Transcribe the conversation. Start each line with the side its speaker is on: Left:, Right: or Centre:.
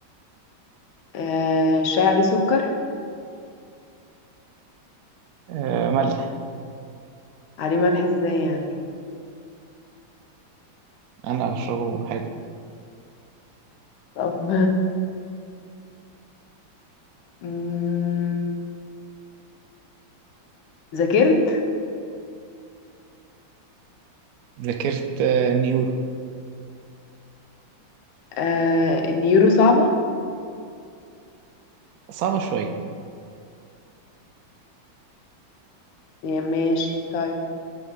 Left: أه الشاي عليه سكر
Right: آه ملح
Left: عليه ملح ازاي يعني
Right: أنا بشربه حادق
Left: طب <laughs> مم، ذاكرت
Right: ذاكرت آه نيورو
Left: أه النيورو صعبة
Right: صعبة شوية
Left: يا ماشي طيب